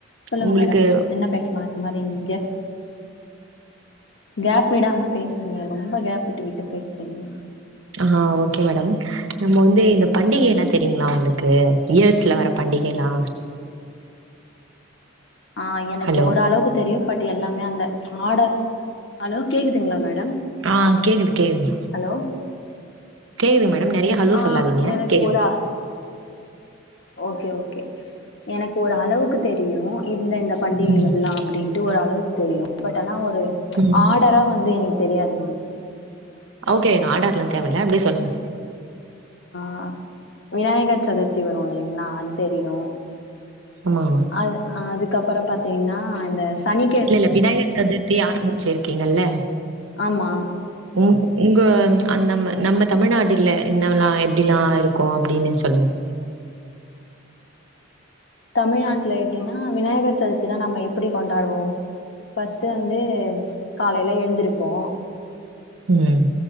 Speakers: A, on the left; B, on the right.
A: சொல்லுங்க
B: உங்களுக்கு
A: மேடம் என்ன பேசலா இந்த மாதிரி இங்க கேப் விடாம பேசுங்க ரொம்ப கேப் விட்டு விட்டு பேசுறீங்க
B: ஆ ஓகே மேடம் நம்ம வந்து இந்த பண்டிகைனா தெரியுங்ளா உங்களுக்கு யூ எஸ்ல வர பண்டிகை லா
A: ஆ எனக்கு
B: ஹலோ
A: ஓரளவுக்கு தெரிய பட் எல்லாமே அந்த ஆர்டர் ஹலோ கேக்குதுங்ளா மேடம்
B: ஆ கேக்குது கேக்குது
A: ஹலோ
B: கேக்குது மேடம் நறைய ஹலோ
A: ஆ
B: சொல்லாதீங்க
A: எனக்கு
B: கேக்குது
A: ஒரு ஓகே ஓகே எனக்கு ஒரு அளவுக்கு தெரியு இந்தெந்த பண்டிகை
B: ம்
A: எல்லாம் அப்டின்ட்டு ஓரளவுக்கு தெரியு பட் ஆனா ஒரு
B: ம்
A: ஆர்டரா வந்து எனக்கு தெரியாது
B: ஓகே ஆர்டர்லா தேவல்ல அப்டியே சொல்லுங்க
A: அ விநாயகர் சதுர்த்தி வரு இல்லைங்களா அது தெரியு
B: ஆமா ஆமா
A: அது அதுக்கப்புற பாத்தீங்னா அந்த சனி
B: இல்ல இல்ல விநாயகர் சதுர்த்தி ஆரம்மிச்சிருக்கீங்கல்ல
A: ஆமா
B: உங் உங்க நம்ம நம்ம தமிழ்நாட்டில்ல இன்னவெல்லா எப்டிலா இருக்கு அப்டின்னு சொல்லுங்க
A: தமிழ்நாட்டுல எப்டினா விநாயகர் சதுர்த்தினா நம்ம எப்டி கொண்டாடுவோ ஃபர்ஸ்ட்டு வந்து காலைல எழுந்திரிப்போ
B: ம்